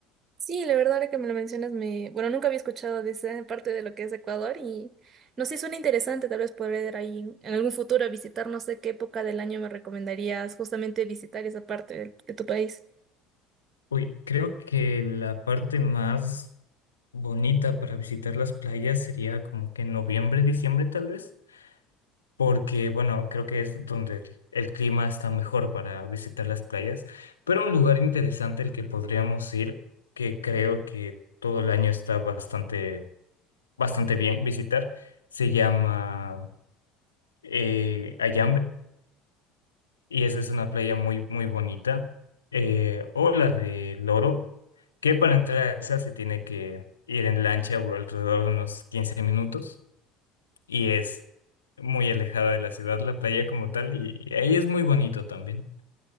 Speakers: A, on the right (about 35°); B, on the left (about 80°).
A: Sí, la verdad, ahora que me lo mencionas, me, bueno, nunca había escuchado de esa parte de lo que es Ecuador y no sé, suena interesante, tal vez poder ir ahí en, en algún futuro a visitar, no sé qué época del año me recomendarías justamente visitar esa parte del- de, tu país.
B: Uy, creo que la parte más bonita para visitar las playas sería como que en noviembre, diciembre tal vez, porque bueno, creo que es donde el el clima está mejor para visitar las playas, pero un lugar interesante al que podríamos ir, que creo que todo el año está bastante, bastante bien visitar, se llama eh, Ayambe, y esa es una playa muy, muy bonita, eh, o la de Loro, que para entrar a esa se tiene que ir en lancha o alrededor de unos 15 minutos, y es muy alejada de la ciudad, la playa como tal, y, y ahí es muy bonito también.